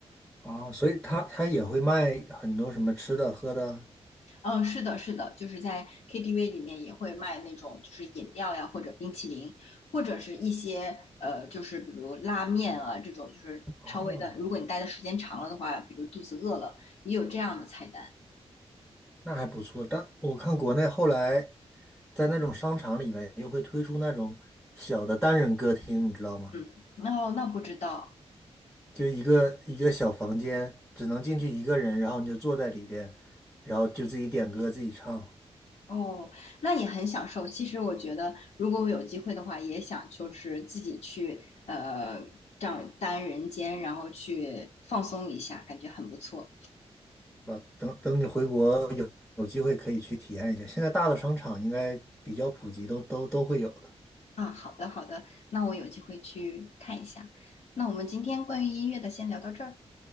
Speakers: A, in the centre; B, on the left.
A: 啊，所以他他也会卖很多什么吃的喝的，
B: 嗯，是的，是的，就是在 KTV 里面也会卖那种就是饮料呀，或者冰淇淋，或者是一些呃，就是比如拉面啊这种，就是稍微的，
A: 哦，
B: 如果你待的时间长了的话，比如肚子饿了，也有这样的菜单。
A: 那还不错。但我看国内后来在那种商场里面又会推出那种小的单人歌厅，你知道吗？
B: 嗯，哦，那不知道。
A: 就一个一个小房间，只能进去一个人，然后你就坐在里边，然后就自己点歌自己唱，
B: 哦，那也很享受。其实我觉得，如果我有机会的话，也想就是自己去呃这样单人间，然后去放松一下，感觉很不错
A: 是吧？等等你回国有有机会可以去体验一下。现在大的商场应该比较普及，都都都会有的。
B: 啊。好的，好的，那我有机会去看一下。那我们今天关于音乐的先聊到这儿。